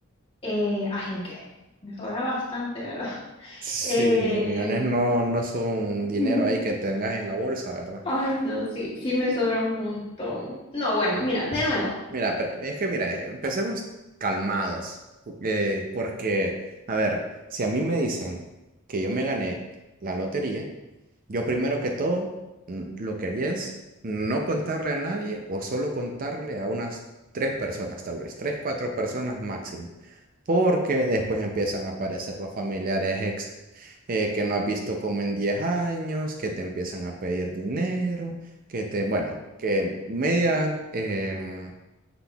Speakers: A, on the left; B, on the right.
A: eh, ay, aunque me sobra bastante, ¿verdad? <laughs>
B: Sí,
A: Eh,
B: 10 millones no, no son dinero
A: <laughs>
B: ahí que tengas en la bolsa, ¿verdad?
A: ay, no, sí, sí me sobra un montón. No, bueno, mira, de nuevo.
B: Mira, pero es que mira, eh, empecemos calmados, eh, porque, a ver, si a mí me dicen que yo me gané la lotería, yo primero que todo mm, lo que haría es no contarle a nadie o solo contarle a unas tres personas, tal vez, tres, cuatro personas máximo, porque después empiezan a aparecer los familiares ex- eh, que no has visto como en 10 años, que te empiezan a pedir dinero, que te, bueno, que media... em,